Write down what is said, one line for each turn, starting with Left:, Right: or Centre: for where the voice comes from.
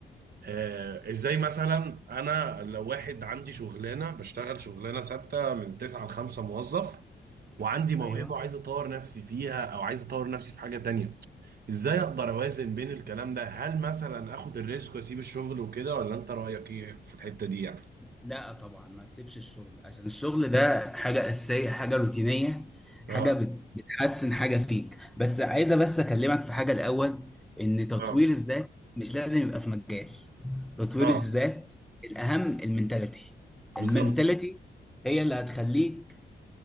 Right: آه ازاي مثلا انا لو واحد عندي شغلانه بشتغل شغلانه ثابته من 9 ل 5 موظف وعندي موهبه
Centre: ايوه
Right: وعايز اطور نفسي فيها او عايز اطور نفسي في حاجه تانية ازاي اقدر اوازن بين الكلام ده هل مثلا اخد الريسك واسيب الشغل وكده ولا انت رايك ايه في الحته دي يعني
Centre: لا طبعا ما تسيبش الشغل عشان الشغل ده حاجه اساسيه حاجه روتينيه حاجه
Right: اه
Centre: بت- بتحسن حاجه فيك بس عايزه بس اكلمك في حاجه الاول ان تطوير
Right: اه
Centre: الذات مش لازم يبقى في مجال تطوير
Right: اه
Centre: الذات الاهم المنتاليتي
Right: بالظبط
Centre: المنتاليتي هي اللي هتخليك